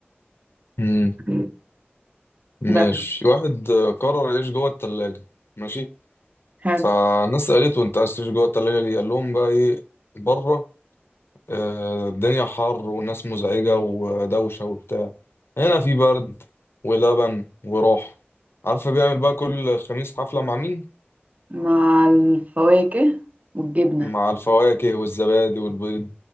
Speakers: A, on the left (about 70°); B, on the right (about 40°).
A: مم.
B: <clears throat>
A: ماشي
B: بس
A: واحد آه، قرر يعيش جوه التلاجة ماشي
B: حلو
A: فالناس سألته انت عايز تعيش جوه التلاجة ليه قال لهم بقى ايه بره آه، الدنيا حر والناس مزعجة ودوشة وبتاع هنا في برد ولبن وراحة عارفة بيعمل بقى كل خميس حفلة مع مين؟
B: مع الفواكه والجبنه
A: مع الفواكه والزبادي والبيض